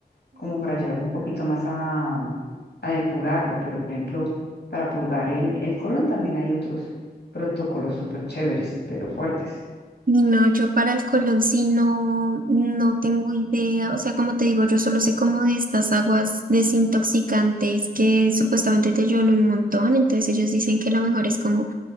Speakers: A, on the left (about 80°); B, on the right (about 55°).
A: como para ayudarle un poquito más a, a depurarlo. Pero, por ejemplo, para purgar el, el colon también hay otros protocolos súper chéveres, pero fuertes.
B: Y No, yo para el Colón sí no, no tengo idea. O sea, como te digo, yo solo sé como de estas aguas desintoxicantes que supuestamente te ayudan un montón. Entonces ellos dicen que lo mejor es como